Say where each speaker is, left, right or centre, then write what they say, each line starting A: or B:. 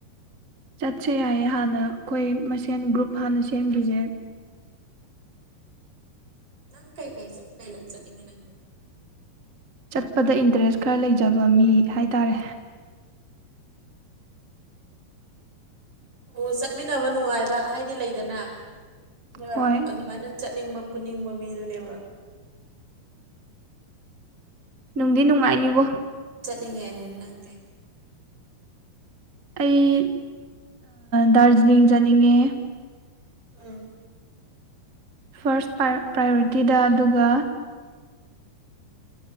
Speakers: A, on the right; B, on the right.
A: ꯆꯠꯁꯦ ꯌꯥꯏꯌꯦ ꯍꯥꯟꯅ ꯑꯩꯈꯣꯏ ꯃꯁꯦꯟ ꯒ꯭ꯔꯨꯞ ꯍꯥꯟꯅ ꯁꯦꯝꯈꯤꯁꯦ
B: ꯅꯪ ꯀꯥꯏ ꯀꯥꯏ ꯆ ꯀꯩ ꯂꯝ ꯆꯔ ꯅꯪ
A: ꯆꯠꯄꯗ ꯏꯟꯇꯔꯦꯁ ꯈꯔ ꯂꯩꯖꯕ ꯃꯤ ꯍꯥꯏ ꯇꯔꯦ
B: ꯑꯣ ꯆꯠꯃꯤꯟꯅꯕ ꯅꯨꯡꯉꯥꯏꯕ ꯍꯥꯏꯗꯤ ꯂꯩꯗꯅ ꯈ
A: ꯍꯣꯏ
B: ꯑꯗꯨꯃꯥꯏꯅ ꯆꯠꯅꯤꯡꯕ ꯄꯨꯅꯤꯡꯕ ꯃꯤꯗꯨꯅꯦꯕ
A: ꯅꯨꯡꯗꯤ ꯅꯨꯡꯉꯥꯏꯅꯤꯕꯣ
B: ꯟꯅꯗꯤꯦ
A: ꯑꯩ ꯗꯥꯔꯖꯤꯂꯤꯡ ꯆꯅꯤꯡꯉꯦ
B: ꯎꯝ
A: ꯐꯥꯔꯁ ꯄ꯭ꯔꯥꯏꯌꯣꯔꯤꯇꯤꯗ ꯑꯗꯨꯒ